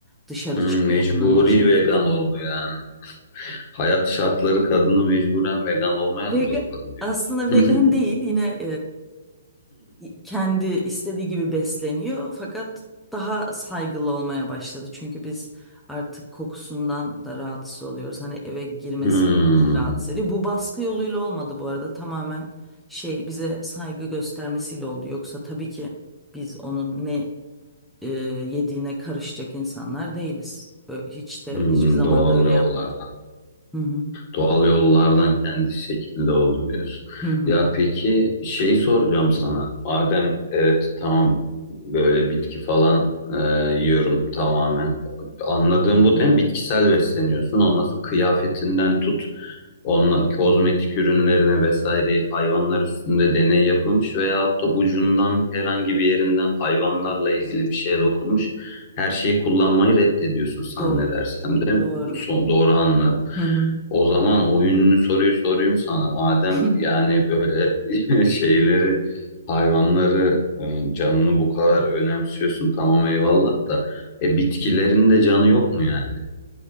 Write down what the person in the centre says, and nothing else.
Dışarı
çıkıyor
bunun için.
Vegan,
aslında
vegan değil yine e, kendi istediği gibi besleniyor fakat daha saygılı olmaya başladı. Çünkü biz artık kokusundan da rahatsız oluyoruz. Hani eve girmesi
de bizi rahatsız ediyor. Bu baskı yoluyla olmadı bu arada tamamen şey bize saygı göstermesiyle oldu. Yoksa tabii ki biz onun ne e, yediğine karışacak insanlar değiliz. Ö- Hiç de
hiçbir zaman
da öyle
yapmadık. Hı hı.
Hı hı.
Doğru.
Doğru.
Hı hı.
<laughs>